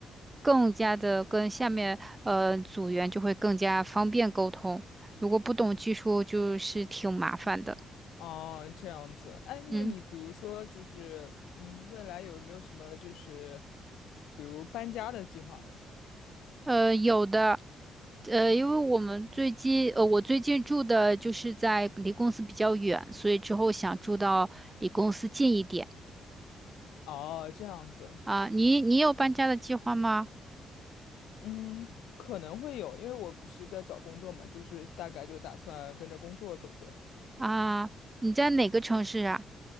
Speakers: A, on the right (about 20°); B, on the left (about 80°).
A: 更加的跟下面呃组员就会更加方便沟通。如果不懂技术，就是挺麻烦的。
B: 哦，这样子，哎，
A: 嗯，
B: 那你比如说就是，嗯，未来有没有什么就是，比如搬家的计划呢？
A: 呃，有的，呃，因为我们最近，呃，我最近住的就是在离公司比较远，所以之后想住到离公司近一点
B: 哦，这样子，
A: 啊。你你有搬家的计划吗？
B: 嗯，可能会有，因为我不是在找工作嘛，就是大概就打算跟着工作走这样。
A: 啊，你在哪个城市啊？